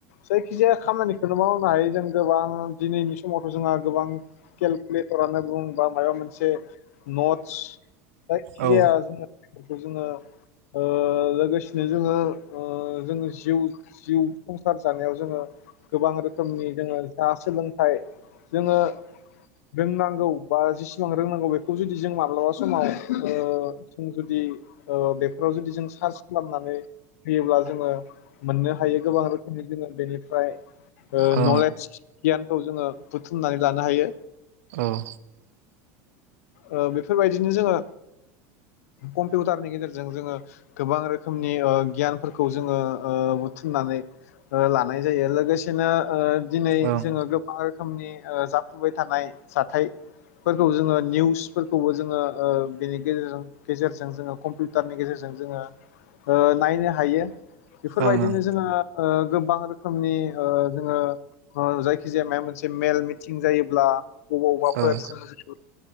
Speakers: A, on the left; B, on the right.
A: जायखि जाया खामानि <unintelligible> हायो जों गोबां दिनैनि समावथ जोंहा गोबां केलकुलेटरानो बुं बा माबा मोनसे नटस जायखिजाया
B: औ
A: जोङो बेफोरखौ जोङो ओ लोगोसेनो ओ जोङो जोङो जिउ जिउ संसार जानायाव जोङो गोबां रोखोमनि जोङो जा सोलोंथाइ जोङो रोंनांगौ बा जेसेबां रोंनांगौ बेखौ जुदि जों माब्लाबा समाव ओ जों जुदि ओ बेफोराव जुदि जों सार्च खालामनानै होयोब्ला जोङो मोननो हायो गोबां रोखोमनि जोङो बेनिफ्राय ओ
B: ओं
A: नलेज गियानखौ जोङो बुथुमनानै लानो हायो।
B: ओं
A: ओ बेफोरबायदिनो जोङो कम्पिउटारनि गेजेरजों जोङो गोबां रोखोमनि ओ गियानफोरखौ जोङो ओ बुथुमनानै ओ लानाय जायो लोगोसेनो ओ दिनै
B: ओं
A: जोङो गोबां रोखोमनि ओ जाफुबाय थानाय जाथायफोरखौ जोङो निउ <unintelligible> फोरखौबो जोङो ओ बेनि गेजेरजों गेजेरजों जोङो कम्पिउटारनि गेजेरजों जोङो ओ नायनो हायो बेफोरबायदिनो
B: ओं
A: जोङो ओ गोबां रोखोमनि ओ जोङो ओ जायखि जाया मायबा मोनसे मेल मिटिं जायोब्ला बबावबाफोर
B: ओं
A: जों